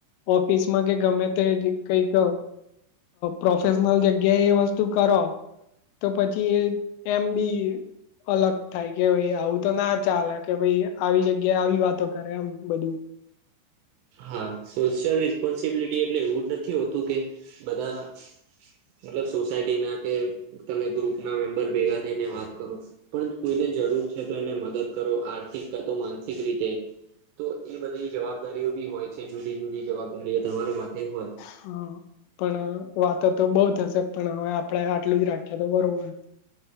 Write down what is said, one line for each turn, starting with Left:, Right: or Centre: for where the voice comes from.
Left: ઓફિસમાં કે ગમે તે કઈ ક પ્રોફેશનલ જગ્યાએ એ વસ્તુ કરો તો પછી એમ બી અલગ થાય કે ભાઈ આવું તો ના ચાલે કે ભાઈ આવી જગ્યાએ આવી વાતો કરે એમ બધું
Right: હા સોશિયલ રિસ્પોન્સિબિલિટી એટલે એવું જ નથી હોતું કે બધા મતલબ સોસાયટી ના કે તમે ગ્રુપ ના મેમ્બર ભેગા થઈને વાત કરો પણ કોઈને જરૂર છે તો એને મદદ કરો આર્થિક કા તો માનસિક રીતે તો એ બધી જવાબદારીઓ બી હોય છે જુદી જુદી જવાબદારીઓ તમારો માથે હોય
Left: હા પણ વાતો તો બઉ થશે પણ હવે આપણેે આટલું જ રાખીએ તો બરોબર.